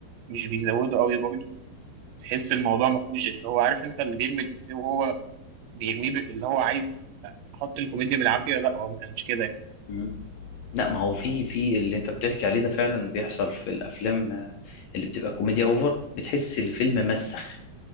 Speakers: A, on the right; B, on the left.
A: مش بيزودوا قوي برضه تحس الموضوع ما فيهوش اللي هو عارف أنت اللي بيرمي الإفيه وهو بيرميه ب- اللي هو عايز أحط الكوميديا بالعافية لا هو ما كانش كده يعني
B: مم. لا ما هو في في اللي انت بتحكي عليه ده فعلا بيحصل في الافلام آه، اللي بتبقى كوميديا اوفر بتحس الفيلم مسخ